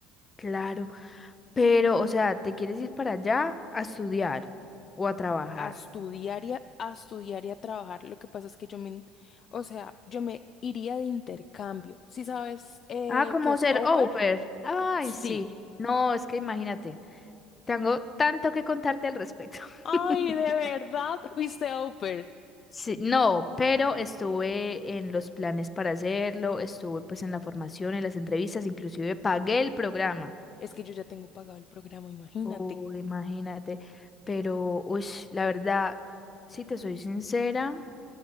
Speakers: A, on the left; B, on the left.
A: claro, pero, o sea, ¿te quieres ir para allá a estudiar o a trabajar?
B: A estudiar y a, a estudiar y a trabajar. Lo que pasa es que yo me, in- o sea, yo me iría de intercambio. ¿Sí sabes eh,
A: Ah, como
B: qué es
A: ser
B: au
A: au
B: pair?
A: pair. Ay,
B: Sí.
A: sí. No, es que imagínate, tengo tanto que contarte al respecto.
B: Ay,
A: <laughs>
B: ¿de verdad fuiste au pair?
A: Sí, no, pero estuve en los planes para hacerlo, estuve pues en la formación, en las entrevistas, inclusive pagué el programa.
B: Es que yo ya tengo pagado el programa, imagínate.
A: Oh, imagínate. Pero, uy, la verdad, si te soy sincera,